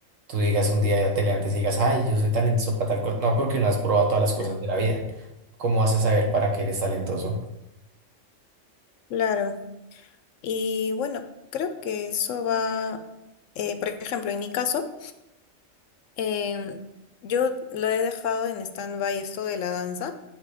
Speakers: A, on the right; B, on the left.
A: tú digas un día ya te levantes y digas, ay, yo soy talentoso para tal cosa. No, porque no has probado todas las
B: claro.
A: cosas de la vida. ¿Cómo vas a saber para qué eres talentoso?
B: Claro. Y bueno, creo que eso va, eh, por ejemplo, en mi caso, Em, yo lo he dejado en stand-by esto de la danza,